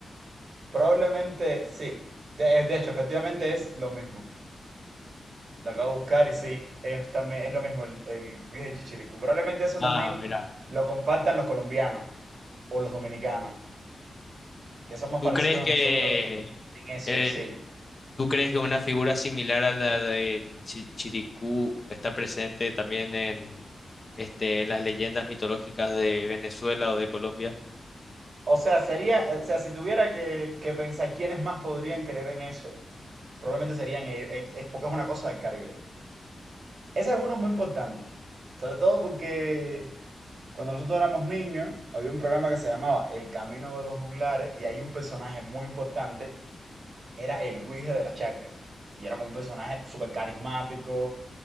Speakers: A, on the right; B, on the left.
A: Probablemente sí. De, de hecho, efectivamente es lo mismo. Lo acabo de buscar y sí, es, también, es lo mismo el, el guije chichiricú. Probablemente eso también
B: Ah, mira.
A: lo compartan los colombianos o los dominicanos, que son más
B: ¿Tú
A: parecidos
B: crees
A: a
B: que
A: nosotros en eso,
B: eh,
A: sí.
B: ¿Tú crees que una figura similar a la de Chiricú está presente también en, este, en las leyendas mitológicas de Venezuela o de Colombia?
A: O sea, sería, o sea, si tuviera que, que pensar quiénes más podrían creer en eso, probablemente serían ellos, eh, es porque es una cosa del Caribe. Ese es uno muy importante, sobre todo porque cuando nosotros éramos niños, había un programa que se llamaba El Camino de los Juglares y hay un personaje muy importante, era el Guije de la Charca. Y era como un personaje súper carismático,